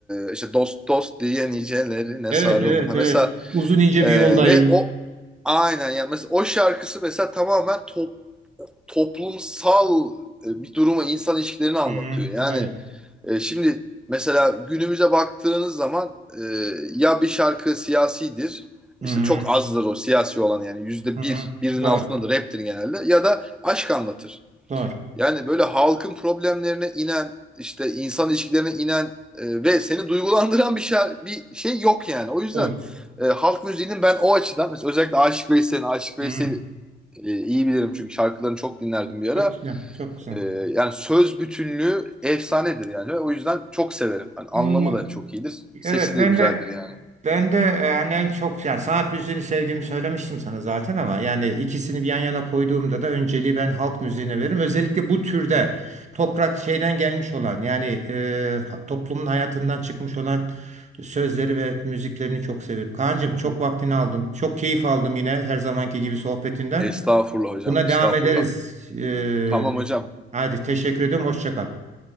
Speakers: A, in the centre; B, on the right (about 35°).
A: e, işte dost dost diye nicelerine
B: Evet
A: sarıldım.
B: evet
A: Ha,
B: evet
A: mesela
B: uzun ince
A: e,
B: bir yoldayım.
A: re- o aynen yani mesela o şarkısı mesela tamamen top- toplumsal e, bir durumu insan ilişkilerini anlatıyor.
B: Hı-hı.
A: Yani
B: Evet.
A: E, şimdi mesela günümüze baktığınız zaman e, ya bir şarkı siyasidir, işte
B: Hı-hı.
A: çok azdır o siyasi olan yani yüzde
B: Hı-hı.
A: bir, birinin
B: Doğru
A: altındadır raptir genelde ya da aşk anlatır.
B: doğru
A: Yani böyle halkın problemlerine inen, işte insan ilişkilerine inen e, ve seni duygulandıran bir şey, bir şey yok yani. O yüzden
B: doğru.
A: e, halk müziğinin ben o açıdan mesela özellikle Aşık Veysel'in, Aşık Veysel'i
B: Hı-hı.
A: e, iyi bilirim çünkü şarkılarını çok dinlerdim bir
B: Çok
A: ara.
B: güzel çok güzel.
A: Ee, yani söz bütünlüğü efsanedir yani. O yüzden çok severim. Hani anlamı
B: Ah,
A: da çok iyidir. Sesi
B: evet
A: de
B: ben
A: güzeldir
B: de
A: yani.
B: Ben de e, hani en çok yani sanat müziğini sevdiğimi söylemiştim sana zaten ama yani ikisini bir yan yana koyduğumda da önceliği ben halk müziğine veririm. Özellikle bu türde toprak şeyden gelmiş olan yani e, toplumun hayatından çıkmış olan sözleri ve müziklerini çok severim. Kaan'cığım
A: Hı
B: çok
A: hı.
B: vaktini aldım. Çok keyif aldım yine her zamanki gibi sohbetinden.
A: Estağfurullah hocam,
B: Buna
A: estağfurullah.
B: devam ederiz. E,
A: Tamam hocam.
B: haydi teşekkür ediyorum. Hoşça kal.